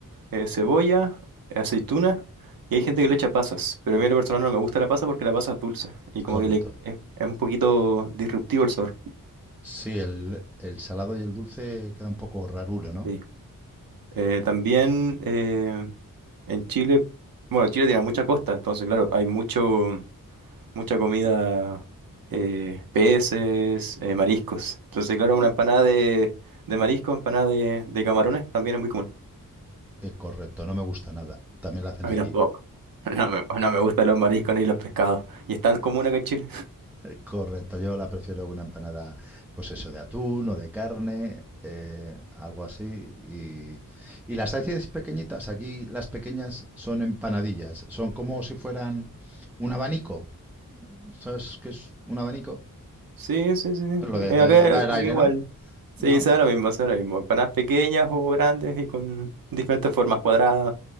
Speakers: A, on the right; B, in the centre.
A: eh, cebolla, eh, aceituna, y hay gente que le echa pasas, pero a mí en lo personal no me gusta la pasa porque la pasa es dulce y como
B: Correcto.
A: que le, es, es un poquito disruptivo el sabor.
B: Sí, el, el salado y el dulce queda un poco raruro, ¿no?
A: Sí. Eh, también eh, en Chile, bueno, Chile tiene mucha costa, entonces claro, hay mucho, mucha comida, eh, peces, eh, mariscos. Entonces claro, una empanada de, de marisco, empanada de, de camarones también es muy común.
B: Eh, correcto, no me gusta nada. También la hacen
A: A
B: aquí.
A: mí tampoco. <laughs> No me, no me gustan los mariscos ni los pescados. Y es tan común acá en Chile.
B: Eh, correcto, yo la prefiero una empanada, pues eso, de atún o de carne, eh, algo así. Y, y las hacéis pequeñitas, aquí las pequeñas son empanadillas, son como si fueran un abanico, ¿Sabes qué es un abanico?
A: Sí, sí, sí. sí.
B: Lo de
A: Eh,
B: te-
A: Acá,
B: dar
A: acá
B: aire,
A: igual.
B: ¿no?
A: Sí,
B: ¿No?
A: sea lo mismo, sea lo mismo. Empanadas pequeñas o grandes y con diferentes formas cuadradas,